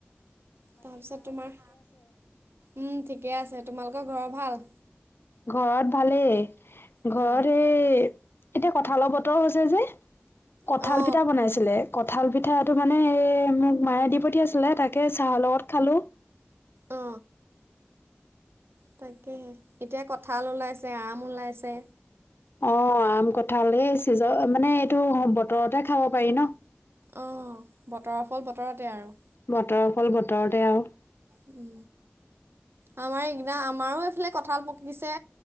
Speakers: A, on the right (about 65°); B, on the left (about 60°).
A: তাৰ পিছত তোমাৰ উম ঠিকে আছে তোমালোকৰ ঘৰৰ ভাল?
B: ঘৰত ভালেই। ঘৰত
A: অ
B: এই এতিয়া কঠালৰ বতৰ হৈছে যে, কঁঠাল
A: অ
B: পিঠা বনাইছিলে কঁঠাল পিঠাটো মানে এই মোক মায়ে দি পঠিয়াইছিলে, তাকে চাহৰ লগত খালো।
A: অ তাকেহে এতিয়া কঠাল ওলাইছে, আম ওলাইছে
B: অ আম কঁঠাল এই চিজ মানে এইটো বতৰতে খাব পাৰি ন।
A: অঁ বতৰৰ ফল বতৰতে আৰু
B: বতৰৰ ফল বতৰতে আৰু
A: উ আমাৰ এইকিটা আমাৰো এইফালে কঠাল পকিছে।